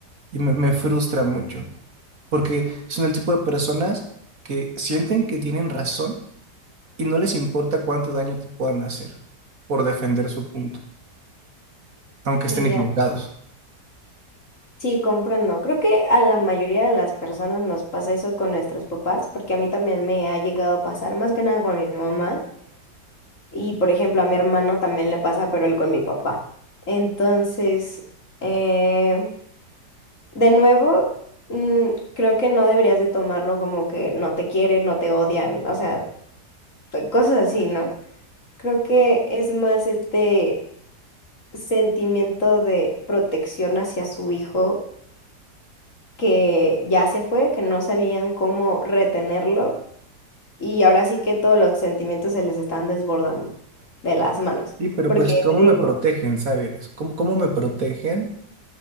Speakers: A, on the right; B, on the left.
A: Y me, me frustra mucho porque son el tipo de personas que sienten que tienen razón y no les importa cuánto daño te puedan hacer por defender su punto, aunque estén
B: Y ya.
A: equivocados.
B: Sí, comprendo. Creo que a la mayoría de las personas nos pasa eso con nuestros papás, porque a mí también me ha llegado a pasar, más que nada con mi mamá, y por ejemplo a mi hermano también le pasa, pero él con mi papá. Entonces, eh, de nuevo, mm, creo que no deberías de tomarlo como que no te quieren, no te odian, o sea, t- cosas así, ¿no? Creo que es más este sentimiento de protección hacia su hijo que ya se fue, que no sabían cómo retenerlo y ahora sí que todos los sentimientos se les están desbordando de las manos.
A: Sí, pero
B: Porque
A: pues ¿cómo
B: te digo,
A: me protegen, sabes? ¿Cómo, cómo me protegen